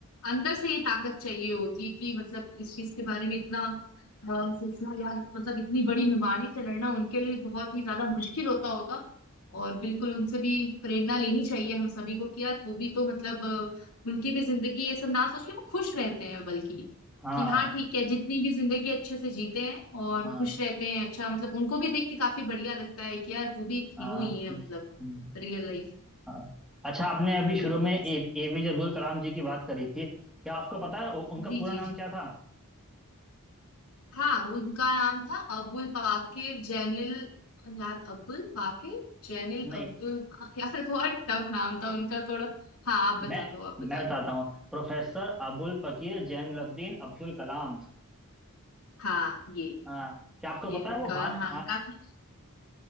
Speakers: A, on the left; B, in the centre.
A: अंदर से ये ताकत चाहिए होती है कि मतलब इस चीज के बारे में इतना अ, सोचना या मतलब इतनी बड़ी बीमारी से लड़ना उनके लिए बहुत ही ज्यादा मुश्किल होता होगा और बिल्कुल उनसे भी प्रेरणा लेनी चाहिए हम सभी को कि यार वो भी तो मतलब अ, उनकी भी जिंदगी ये सब ना सोच के वो खुश रहते हैं बल्कि
B: हाँ
A: कि हाँ ठीक है जितनी भी जिंदगी अच्छे से जीते हैं और
B: हाँ
A: खुश रहते हैं अच्छा मतलब उनको भी देख के काफी बढ़िया लगता है कि यार वो भी एक
B: हाँ
A: हीरो ही है
B: हम्म,
A: मतलब
B: हम्म,
A: रियल लाइफ
B: हाँ अच्छा आपने
A: हाँ, बिल्कुल
B: अभी शुरू
A: बिल्कुल
B: में ए
A: सही
B: एपीजे अब्दुल कलाम जी की बात करी थी क्या आपको पता है उ- उनका
A: जी
B: पूरा
A: जी
B: नाम
A: जी
B: क्या था
A: हाँ उनका नाम था अबुल बाकिर जैनिल यार अब्दुल बाकिर जैनिल
B: नहीं
A: अब्दुल यार बहुत टफ नाम था उनका थोड़ा हाँ आप बता
B: मैं
A: दो आप बता
B: मैं
A: दो
B: बताता हूँ प्रोफेसर अबुल फकीर जैनुलब्दीन अब्दुल कलाम
A: हाँ ये
B: हाँ क्या आपको
A: ये
B: पता
A: उनका
B: है वो भा
A: हाँ
B: हाँ
A: काफी